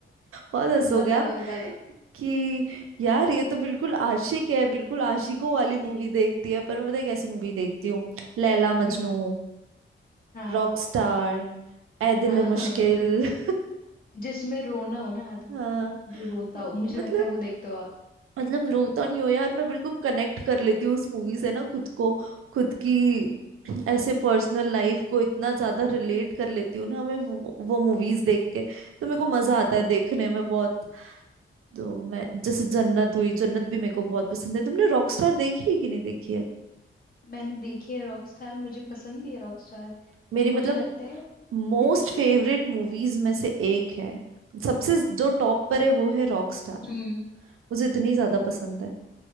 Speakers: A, on the right; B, on the left.
A: बहुत हंसोगे
B: बता
A: आप
B: दो बता दो
A: कि यार ये तो बिल्कुल आशिक है बिल्कुल आशिकों वाली मूवी
B: <laughs>
A: देखती है पर मैं पता है कैसी मूवी देखती हूँ लैला मजनू
B: हम्म हाँ
A: रॉकस्टार ए दिल
B: हाँ
A: है मुश्किल
B: हाँ
A: <laughs>
B: जिसमें रोना हो ना आदमी
A: हाँ
B: को जो रोता हो मुझे
A: मतलब
B: लगता है वो देखते हो आप
A: मतलब रोता नहीं हो यार मैं बिल्कुल कनेक्ट कर लेती हूँ उस मूवी से ना खुद को खुद की ऐसे पर्सनल लाइफ को इतना ज्यादा रिलेट कर लेती हूँ ना मैं वो, वो मूवीज देख के तो मेरे को मजा आता है देखने में बहुत तो मैं जैसे जन्नत हुई जन्नत भी मेरे को बहुत पसंद है तुमने रॉकस्टार देखी है कि नहीं देखी है
B: मैंने देखी है रॉकस्टार मुझे पसंद भी है रॉकस्टार
A: मेरी
B: पर मुझे
A: मतलब
B: लगता है
A: मोस्ट
B: <laughs>
A: फेवरेट मूवीज में से एक है सबसे जो टॉप पर है वो है रॉकस्टार
B: हम्म
A: मुझे इतनी ज्यादा पसंद है